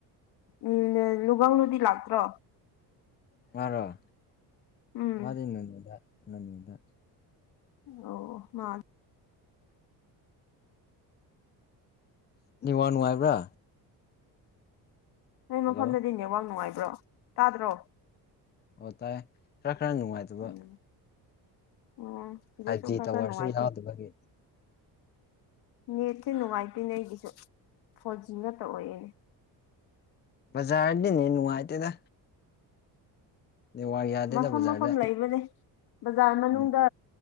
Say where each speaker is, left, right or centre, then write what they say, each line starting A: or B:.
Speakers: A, on the left (about 75°); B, on the left (about 25°).
A: ꯎꯝ ꯅꯨꯡꯒꯪꯅꯗꯤ ꯂꯥꯛꯇ꯭ꯔꯣ
B: ꯃꯔꯔ
A: ꯎꯝ
B: ꯃꯥꯔꯤꯅꯅꯤꯗ ꯅꯅꯤꯗ
A: ꯑꯣ ꯃꯥ
B: ꯋꯥꯥ ꯅꯨꯡꯉꯥꯏꯕ꯭ꯔꯥ
A: ꯅꯣꯏ
B: ꯍꯜꯂꯣ
A: ꯃꯐꯝꯗꯗꯤ ꯏꯅꯦꯋꯥ ꯅꯨꯡꯉꯥꯏꯕ ꯄꯨ꯭ꯔꯣ ꯇꯥꯗ꯭ꯔꯣ
B: ꯑꯣꯏꯇꯥꯦ ꯔꯛ ꯈꯔ ꯅꯨꯡꯉꯥꯏꯇꯕ
A: ꯎꯝ ꯑꯣ ꯁꯤꯗꯁꯨ
B: ꯐꯥꯏꯚ ꯖꯤ
A: ꯈꯔ
B: ꯇꯥꯋꯥꯔꯁꯨ
A: ꯈꯔ ꯅꯨꯡꯉꯥꯏꯇꯦ
B: ꯌꯥꯎꯗꯕꯒꯤ
A: ꯅꯦꯠꯁꯦ ꯅꯨꯡꯉꯥꯏꯇꯣꯏꯅꯦ ꯑꯩꯒꯤꯁꯨ ꯐꯣꯔ ꯖꯤ ꯅꯠꯇ ꯑꯣꯏꯌꯦꯅꯦ
B: ꯕꯖꯥꯗꯤꯅꯤ ꯅꯨꯡꯉꯥꯏꯇꯦꯗ ꯅꯦꯠꯋꯥꯔꯛ ꯌꯥꯗꯦꯗ
A: ꯃꯐꯝ
B: ꯕꯖꯥꯔꯗ
A: ꯃꯐꯝ ꯂꯩꯕꯅꯦ ꯕꯖꯥꯔ ꯃꯅꯨꯡꯗ
B: ꯎꯝ